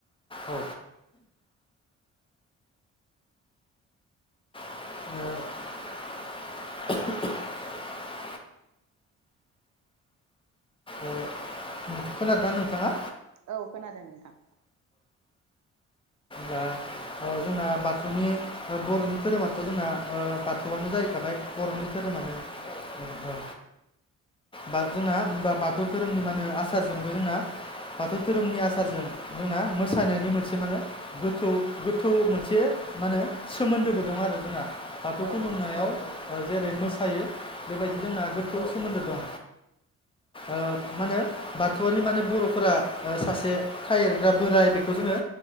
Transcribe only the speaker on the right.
औ खोनादों नोंथां
औ
औ औ